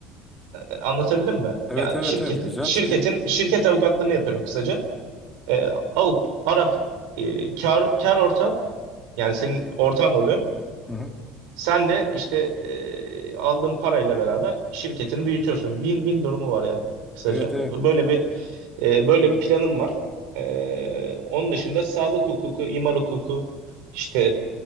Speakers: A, on the right; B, in the centre.
A: E, e, anlatabildim mi?
B: Evet
A: Yani
B: evet
A: şirketin,
B: evet güzel
A: şirketin,
B: fikir.
A: şirket avukatlığını yapıyorum kısaca. E, avuk, Arap e, kar, kar ortağı yani senin ortağın oluyor.
B: Hı hı.
A: Sen de işte e, aldığın parayla beraber şirketini büyütüyorsun. Win-win durumu var yani kısaca.
B: Evet evet.
A: Böyle bir e, böyle bir planım var. E, onun dışında sağlık hukuku, imar hukuku, işte